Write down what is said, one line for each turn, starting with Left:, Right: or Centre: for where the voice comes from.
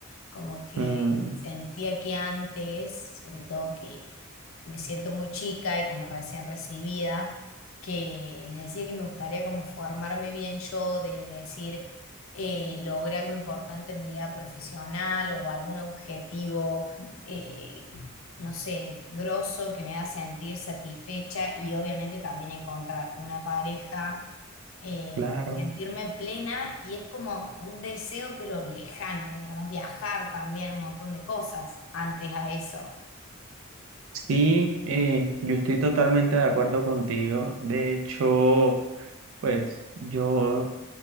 Left: como que
Right: Mm,
Left: sentía que antes, sobre todo que me siento muy chica y como recién recibida, que les decía que me gustaría como formarme bien yo, de, decir, eh, logré algo importante en mi vida profesional o algún objetivo, eh, no sé, grosso que me haga sentir satisfecha y obviamente también encontrar una pareja eh,
Right: claro.
Left: sentirme plena y es como un deseo pero lejano, digamos, viajar también, un montón de cosas antes a eso.
Right: Sí, eh, yo estoy totalmente de acuerdo contigo. De hecho, pues yo